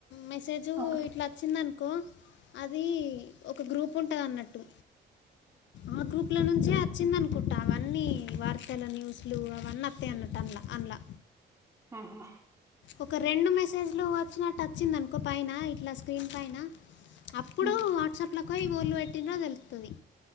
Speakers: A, on the left; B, on the right.
A: మెసేజ్
B: ఒకటి
A: ఇట్ల వచ్చిందన్. కొ అది ఒక గ్రూప్ ఉంటది అన్నట్టు ఆ గ్రూప్ ట్ల నుంచే వచ్చిందనుకుంటా అవన్నీ వార్తలు న్యూస్ లు అవన్నీ వస్తాయి అన్నట్టు అన్లా అన్లా
B: ఊహూ
A: ఒక రెండు మెసేజ్లు వచ్చినట్టు అచ్చిందనుకో పైన ఇట్లా స్క్రీన్ పైన అప్పుడు
B: హ్మ్
A: వాట్సాప్ అలకోయ్ ఓళ్ళు పెట్టినా తెలుత్తది